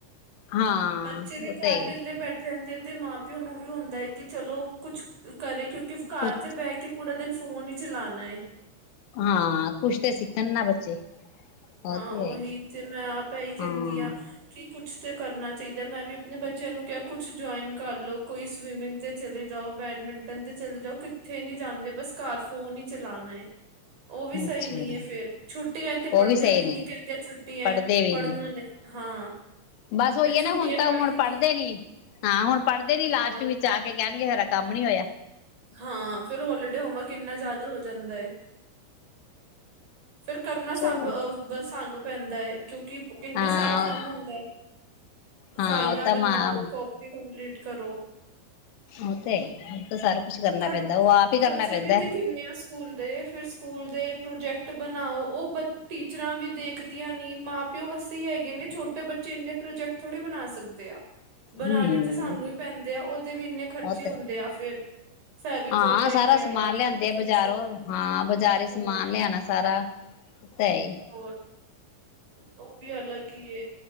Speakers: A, on the left (about 75°); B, on the right (about 40°).
A: ਹਾਂ,
B: ਬੱਚੇ ਵੀ
A: ਉਹ ਤਾਂ
B: ਘਰ
A: ਹੈ ਈ
B: ਵੇਲੇ ਬੈਠੇ ਰਹਿੰਦੇ ਤੇ ਮਾਂ ਪਿਓ ਨੂੰ ਵੀ ਹੁੰਦਾ ਐ ਕਿ ਚਲੋ ਕੁਛ ਕਰੇ ਕਿਉਂਕਿ ਘਰ
A: ਕੁਛ
B: ਚ ਬਹਿ ਕੇ ਪੂਰਾ ਦਿਨ ਫੋਨ ਹੀ ਚਲਾਣਾ--‌
A: ਹਾਂ, ਕੁਛ ਤਾਂ ਸਿੱਖਣ ਨਾ ਬੱਚੇ ਉਹ
B: ਹਾਂ
A: ਤੇ
B: ਉਹੀ
A: ਹੈ
B: ਤੇ ਮੈਂ ਆਪੈ ਹੀ ਕਹਿੰਦੀ
A: ਹਾਂ
B: ਆਂ ਕਿ ਕੁੱਛ ਤੇ ਕਰਨਾ ਚਾਹੀਦਾ ਮੈਂ ਵੀ ਆਪਣੇ ਬੱਚਿਆਂ ਨੂੰ ਕਿਹਾ ਕੁਛ ਜੁਆਇਨ ਕਰ ਲਓ ਕੋਈ ਸਵੀਮਿੰਗ ਤੇ ਚਲੇ ਜਾਓ, ਬੈਡਮਿੰਟਨ ਤੇ ਚਲੇ ਜਾਓ ਕਿੱਥੇ ਨਹੀਂ ਜਾਂਦੇ ਬਸ ਘਰ ਫੋਨ ਹੀ ਚਲਾਣਾ ਏ। ਉਹ ਵੀ ਸਹੀ
A: ਅੱਛਾ
B: ਨੀਂ ਐ ਫਿਰ ਛੁੱ
A: ਉਹ
B: ਪੜ੍ਹਦੇ
A: ਸਹੀ
B: ਵੀ
A: ਨੇ
B: ਨੀ ਕਹਿੰਦੇ ਛੁੱਟੀ ਐ,
A: ਪੜ੍ਹਦੇ ਵੀ
B: ਪੜ੍ਹਨਾ
A: ਨੀ
B: ਨਈਂ। ਹਾਂ।
A: ਬਸ ਉਹੀਏ
B: ਅਰੇ ਛੁੱਟੀਆਂ
A: ਨਾ ਹੁਣ ਤਾਂ
B: ਪੜੀਆਂ
A: ਹੁਣ ਪੜ੍ਹਦੇ
B: ਕੀ
A: ਨੀ ਹਾਂ ਹੁਣ ਪੜ੍ਹਦੇ ਨੀ ਲਾਸਟ
B: ਹਾਂ
A: ਵਿੱਚ ਆ ਕੇ। ਕਹਿਣਗੇ ਹਰਾ ਕੰਮ ਨੀ ਹੋਇਆ।
B: ਹਾਂ ਫਿਰ ਹੋਲੀਡੇ ਹੋਮਵਰਕ ਇੰਨਾ ਜ਼ਿਆਦਾ ਹੋ ਜਾਂਦਾ ਏ। ਫਿਰ ਕਰਨਾ
A: ਚ
B: ਸਭ ਸਾਨੂੰ ਪੈਂਦਾ ਏ ਕਿਉਂਕਿ ਕਿੰਨੇ
A: ਹਾਂ
B: ਸਾਰਾ ਕੰਮ ਹੁੰਦੇ
A: ਹਾਂ
B: ਫਾਈਲਾਂ
A: ਉਹ ਤਾਂ
B: ਬਣਾਓ
A: ਮਾਂ
B: ਕਾਪੀ ਕੰਪਲੀਟ ਕਰੋ।
A: ਉਹ ਤੇ ਤਾਂ ਸਾਰਾ ਕੁਛ ਕਰਨਾ
B: ਖਰ
A: ਪੈਂਦਾ ਉਹ ਆਪ ਹੀ ਕਰਨਾ
B: ਖ਼ਰਚੇ
A: ਪੈਂਦਾ
B: ਵੀ ਤੇ ਕਿੰਨੇ ਆ ਸਕੂਲ ਦੇ ਫਿਰ ਸਕੂਲ ਦੇ ਪ੍ਰੋਜੈਕਟ ਬਣਾਓ ਉਹ ਬ ਟੀਚਰਾਂ ਵੀ ਦੇਖਦੀਆਂ ਨੀ ਮਾਂ ਪਿਓ ਵਸਤੇ ਹੀ ਹੈਗੇ ਨੇ ਛੋਟੇ ਬੱਚੇ ਇੰਨੇ ਪ੍ਰੋਜੈਕਟ ਥੋੜ੍ਹੇ ਬਣਾ ਸਕਦੇ ਆ। ਬਣਾਣੇ
A: ਹੂੰ
B: ਤੇ ਸਾਨੂੰ ਵੀ ਪੈਂਦੇ ਆ ਉਹਦੇ ਵੀ ਇੰਨੇ ਖਰਚੇ
A: ਉਹ ਤੇ
B: ਹੁੰਦੇ ਆ ਫਿਰ ਫੈਵੀਕੋਲ
A: ਹਾਂ
B: ਲੈ
A: ਸਾਰਾ
B: ਕੇ ਆਇਆ
A: ਸਮਾਨ ਲਿਆਂਦੇ
B: ਕਦੇ
A: ਆ ਬਜ਼ਾਰੋਂ
B: ਕੁਛ
A: ਹਾਂ ਬਾਜ਼ਾਰੀ ਸਮਾਨ
B: ਹੋਰ
A: ਲਿਆਣਾ ਸਾਰਾ ਸਹੀ
B: ਹੋਰ ਉਹ ਵੀ ਅਲੱਗ ਹੀ